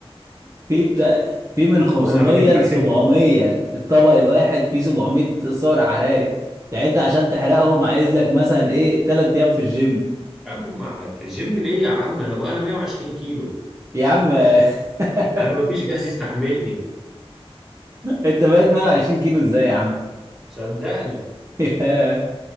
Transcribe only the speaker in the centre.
هو انا راجل بحب
ال-
يا عم ما هت- جيم ليه يا عم انا بقى انا 120 كيلو
انا ما فيش جهاز يستحملني
صدقني